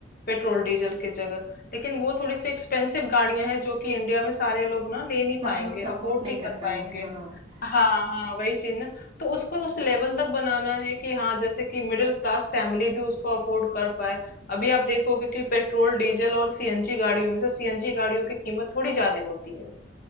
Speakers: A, on the left; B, on the right.
A: पेट्रोल डीजल की जगह लेकिन वो थोड़ी सी एक्सपेंसिव गाड़ियां हैं जो कि इंडिया में सारे लोग ना ले नहीं
B: सब
A: पाएंगे
B: लोग सपोर्ट
A: अफोर्ड
B: नहीं
A: नहीं
B: कर
A: कर
B: पाएंगे
A: पाएंगे
B: हाँ
A: हाँ हाँ वही चीज ना तो उसको उस लेवल तक बनाना है कि हाँ जैसे कि मिडिल क्लास फैमिली भी उसको अफोर्ड कर पाए अभी आप देखोगे कि पेट्रोल डीजल और सीएनजी गाड़ियों में से सीएनजी गाड़ियों की कीमत थोड़ी ज्यादा होती है